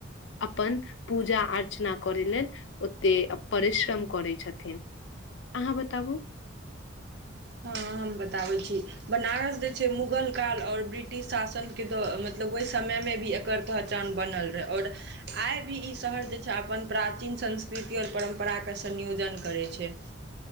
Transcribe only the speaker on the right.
हँ हम बताबै छी। बनारस जे छै मुगल काल आओर ब्रिटिश शासन के द मतलब ओहि समय मे भी पहचान बनल रहै और आइ भी ई शहर अपन प्राचीन संस्कृति आओर परम्पराके संयोजन करै छै।